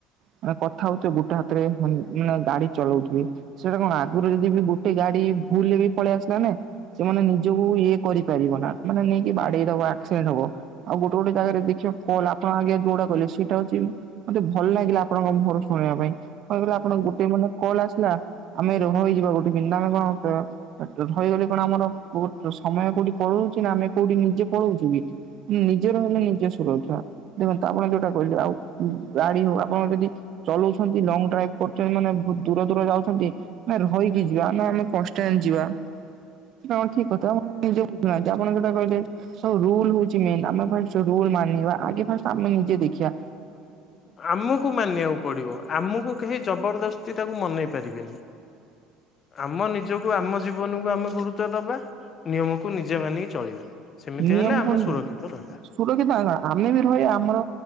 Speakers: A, on the right; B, on the left.
A: ମାନେ କଥା ହଉଥିବେ ଗୋଟେ ହାତରେ ମା-ମାନେ ଗାଡି ଚଲଉଥିବେ। ସେଇଟା କଣ ଆଗୁରୁ ଯଦି ବି ଗୋଟେ ଗାଡି ଭୁଲରେ ବି ପଳେଇ ଆସିଲା ନା ସେମାନେ ନିଜକୁ ଇଏ କରିପାରିବ ନା, ମାନେ ନେଇକି ବାଡେଇଦବ ଆକ୍ସିଡେଣ୍ଟ ହବ। ଆଉ ଗୋଟେ ଗୋଟେ ଜାଗାରେ ଦେଖିବ କଲ୍ ଆପଣ ଆଗେ ଯୋଉଗୁଡା କହିଲେ ସେଇଟା ହଉଛି ମତେ ଭଲ ଲାଗିଲା ଆପଣଙ୍କ ମୁହଁରୁ ଶୁଣିଆ ପାଇଁ। ମନେକର ଆପଣ ଗୋଟେ ମାନେ କଲ୍ ଆସି ଲା ଆମେ ରହଇଯିବା ଗୋଟେ, <unintelligible> ଆମେ କଣ ର-ର-ରହିଗଲେ କଣ ଆମର କୋଠ୍ ସମୟ କୋଉଠି ପଳଉଛି ନା ଆମେ କୋଉଠି ନିଜେ ପଳଉଚୁ କି ନିଜେ ରହିଲେ ନିଜେ ସୁରକ୍ଷା। ଦେଖନ୍ତୁ ଆପଣ ଯୋଉଟା କହିଲେ ଆଉ ଗାଡି ହଉ ଆପଣ ଯଦି ଚଲଉଛନ୍ତି ଲଙ୍ଗ୍ ଡ୍ରାଇଭ୍ କରୁଛନ୍ତି ମାନେ ବହୁତ ଦୂର ଦୂର ଯାଉଛନ୍ତି ମାନେ ରହିକି ଯିବା ନା ଆମେ କନ୍ସ୍ <unintelligible> ଯିବା ଏଇଟା କଣ ଠିକ କଥା? ନିଜେ ବୁଝୁନାହାନ୍ତି ଆପଣ ଯୋଉଟା କହିଲେ ସବୁ ରୁଲ୍ ହଉଛି ମେନ୍ ଆମ ପାଇଁ ସେ ରୁଲ୍ ମାନିବା ଆଗେ ଫାଷ୍ଟ୍ ଆମେ ନିଜେ ଦେଖିଆ।
B: ଆମୁକୁ ମାନିବାକୁ ପଡିବ। ଆମୁକୁ କେହି ଜବରଦସ୍ତି ତାକୁ ମନେଇ ପାରିବେନି। ଆମ ନିଜକୁ ଆମ ଜୀବନକୁ ଆମେ ଗୁରୁତ୍ବ ଦବା, ନିୟମକୁ ନିଜେ ମାନିକି ଚଳିବା। ସେମିତି
A: ନିୟମକୁ
B: ହେଲେ ଆମେ ସୁରକ୍ଷିତ ରହି
A: ସୁରକ୍ଷିତ ଆ-ଆ-ଆମେ ବି ରହିଆ, ଆମର